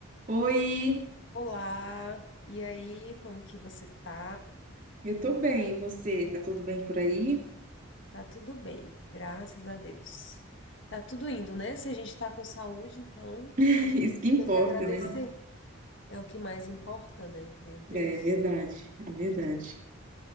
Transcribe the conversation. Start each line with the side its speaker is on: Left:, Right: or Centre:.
Right: Oi,
Left: Olá, e aí, como que você tá?
Right: eu tô bem, e você? Tá tudo bem por aí?
Left: Tá tudo bem, graças a Deus. Tá tudo indo, né? Se a gente tá com saúde, então
Right: <laughs> Isso
Left: a gente
Right: que importa,
Left: tem que agradecer.
Right: né?
Left: É o que mais importa, né? Meu Deus.
Right: É verdade, é verdade.